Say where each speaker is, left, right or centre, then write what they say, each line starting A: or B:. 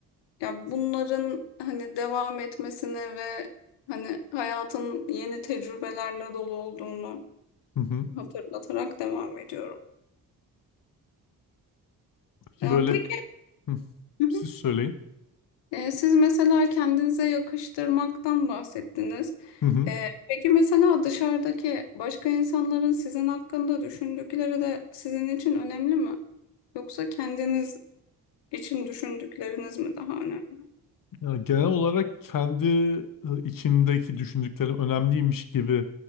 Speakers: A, on the left; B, on the left.
A: Ya bunların hani devam etmesini ve hani hayatın yeni tecrübelerle dolu olduğunu
B: Hı hı.
A: hatırlatarak devam ediyorum.
B: Peki
A: Ee,
B: böyle
A: peki
B: Hı.
A: Hı hı.
B: Siz söyleyin.
A: Ee, siz mesela kendinize yakıştırmaktan bahsettiniz.
B: Hı hı.
A: Ee, peki mesela dışarıdaki başka insanların sizin hakkında düşündükleri de sizin için önemli mi? Yoksa kendiniz için düşündükleriniz mi daha önemli?
B: Ya genel olarak kendi e, içimdeki düşündüklerim önemliymiş gibi